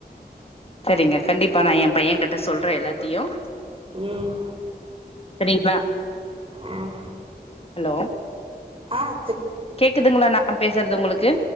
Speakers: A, on the left (about 35°); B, on the right (about 35°).
A: சேரிங்க கண்டிப்பா நான் எம் பையன் கிட்ட சொல்றேன் எல்லாத்தையும்
B: ம்
A: சரிங்ளா
B: ஆஹ்
A: ஹலோ
B: ஆஹ்
A: கேக்குதுங்களா நான் பேசுறது உங்களுக்கு